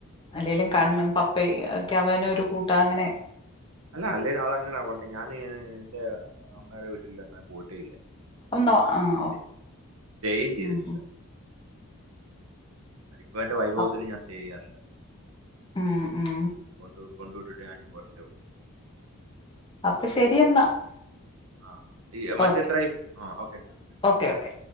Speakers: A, on the left; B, on the right.
A: അല്ലെലും കണ്ണും പപ്പയും ഒക്കെ അവന് ഒരു കൂട്ട അങ്ങനെ
B: അല്ല അല്ലേലും അത് അങ്ങനെയാ വണ്ട് ഞാന് എന്റെ അമ്മയുടെ വീട്ടില്ന്നാ പോയിട്ടേയില്ല
A: ഒന്നോ ആ ഓ
B: സ്റ്റെ സ്റ്റെയും ചെയ്തിട്ടില്ല
A: ഉം ഉം
B: അതിപ്പോ എന്റെ വൈഫ്
A: അപ്
B: ഹൗസിൽ ഞൻ സ്റ്റേചെയ്യാറില്ല
A: ഉം ഉം
B: കൊണ്ട് കൊണ്ടുവിട്ടിട്ടേ ഞാനിങ്ങ് പോരത്തെയുള്ളു
A: അപ്പൊ ശരിയെന്നാ
B: ആഹ് ഈ മറ്റെത്രയി
A: ഓക്കെ
B: ആഹ് ഓക്കെ
A: ഓക്കെ ഓക്കെ